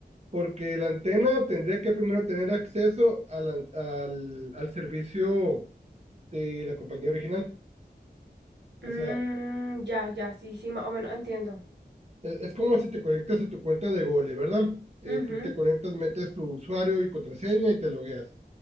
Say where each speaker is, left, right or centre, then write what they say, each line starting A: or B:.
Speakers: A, on the right; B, on the right.
A: porque la antena tendría que primero tener acceso al al, al servicio de la compañía original.
B: Mm,
A: O sea,
B: ya, ya, sí, sí, más o menos entiendo.
A: e- es, como si te conectas a tu cuenta de Google ¿verdad? Eh,
B: Ujú.
A: tú te conectas, metes tu usuario y contraseña y te logueas.